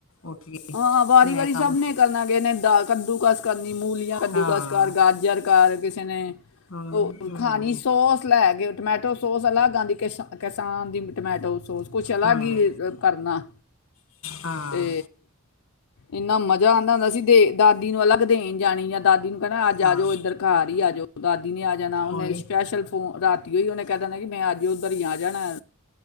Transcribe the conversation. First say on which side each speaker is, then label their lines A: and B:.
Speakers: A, on the left; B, on the left.
A: ਉੱਠ ਕੇ
B: ਹਾਂ, ਵਾਰੀ-
A: ਮੈਂ
B: ਵਾਰੀ
A: ਕੰਮ
B: ਸਭ ਨੇ ਕਰਨਾ ਗਏ ਨੇ ਦਾ ਕੱਦੂ ਬਸ ਕਰ ਮੂਲੀਆਂ ਕੱਦੂਕਸ
A: ਹਾਂ
B: ਕਰ, ਗਾਜਰ ਕਰ ਕਿਸੇ ਨੇ
A: ਹਾਂ
B: ਉਹ ਖਾਣੀ ਸੋਸ ਲੈ ਕੇ ਟਮੈਟੋ ਸੋਸ ਅਲੱਗ ਆਂਦੀ ਕਿਸ ਕਿਸਾਨ ਦੀ ਟਮੈਟੋ ਸੋਸ ਕੁਛ ਅਲੱਗ
A: ਹਾਂ
B: ਹੀ ਕਰਨਾ
A: ਹਾਂ
B: ਤੇ ਇੰਨਾ ਮਜ਼ਾ ਆਂਦਾ ਹੁੰਦਾ ਸੀ ਦੇ ਦਾਦੀ ਨੂੰ ਅਲੱਗ ਦੇਣ ਜਾਣੀ ਜਾਂ ਦਾਦੀ ਨੂੰ ਕਹਿਣਾ ਅੱਜ ਆ
A: ਹਾਂ
B: ਜਾਓ ਇੱਧਰ ਘਰ ਹੀ ਆ ਜਾਓ ਦਾਦੀ ਨੇ ਆ ਜਾਣਾ ਉਹਨੇ
A: ਉਹੀ
B: ਸਪੈਸ਼ਲ ਫੋ ਰਾਤੀ ਹੋਈ ਉਹਨੇ ਕਹਿ ਦੇਣਾ ਕਿ ਮੈਂ ਅੱਜ ਉਧਰ ਈ ਆ ਜਾਣਾ।